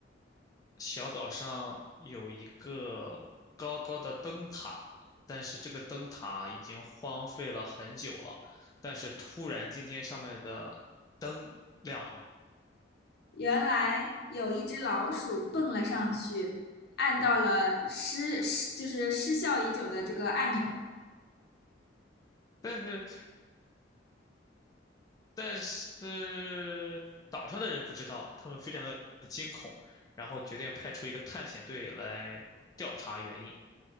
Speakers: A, on the left (about 20°); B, on the left (about 60°).
A: 小岛上有一个高高的灯塔，但是这个灯塔已经荒废了很久了。但是突然今天上面的灯亮了，
B: 原来有一只老鼠蹦了上去，按到了失失就是失效已久的这个按钮，
A: 但是但是岛上的人不知道，他们非常的惊恐，然后决定派出一个探险队来调查原因。